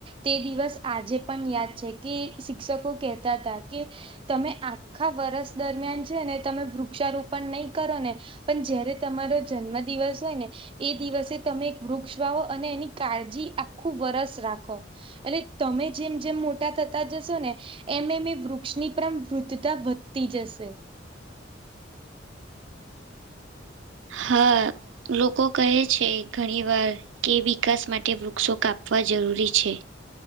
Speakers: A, on the right; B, on the right.
A: તે દિવસ આજે પણ યાદ છે, કે શિક્ષકો કેહેતા હતા કે તમે આખા વરસ દરમિયાન છે, ને તમે વૃક્ષારોપણ નહી કરો ને પન જયારે તમારો જન્મ દિવસ હોય ને એ દિવસે તમે એક વૃક્ષ વાવો અને એની કાળજી આખું વરસ રાખો એટલે તમે જેમ જેમ મોટા થતા જશો ને એમ એમ એ વૃક્ષની <inaudible> વૃદ્ધતા વધતી જશે.
B: હા લોકો કહે છે, ઘણી વાર કે વિકાસ માટે વૃક્ષો કાપવા જરૂરી છે.